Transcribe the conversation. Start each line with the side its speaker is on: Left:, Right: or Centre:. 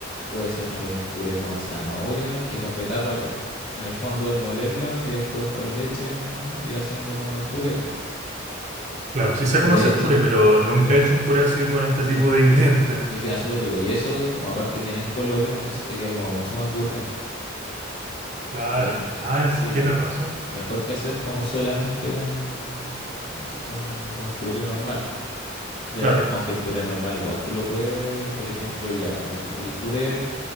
Left: Puede ser también un puré con zanahoria y con betarraga. En el fondo es molerla y después con leche ir haciendo como el puré, po,
Right: Claro, sí sé
Left: con
Right: cómo
Left: leche.
Right: hacer puré, pero nunca
Left: o-
Right: he hecho un puré así con este
Left: Sí.
Right: tipo de ingredientes.
Left: Y queda súper rico. Y eso, como aparte tienen colores, entonces te queda como mucho más gourmet.
Right: Claro.
Left: Ya,
Right: Ah,
Left: sí,
Right: tienes
Left: pues.
Right: razón.
Left: Mejor que hacer como solamente un, un, un puré normal. po, Ya,
Right: Claro,
Left: aunque el puré normal igual tú lo puedes, por ejemplo, ya. no- El puré